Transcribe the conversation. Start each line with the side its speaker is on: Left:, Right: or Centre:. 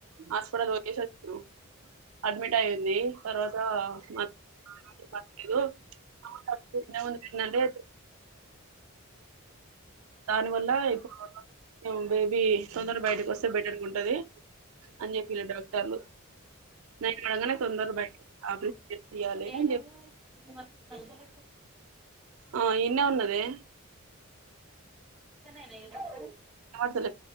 Right: హాస్పిటల్ వచ్చు అడ్మిట్ అయింది తర్వాతలేదుందుంటే దాని వల్ల ఇప్పుడు బేబీ ది తొందర బయటకి వస్తే బెటర్గా ఉంటది అని చెప్పిలే డాక్టర్లు న అడగానే తొందర బయట చేసి తీయాలి
Centre: ఏడు
Right: అని చెప్పి
Centre: మ అసలు
Right: ఆ ఇ నె వన్నది
Centre: ఇతడే న ఇడ వుం నది
Right: డలే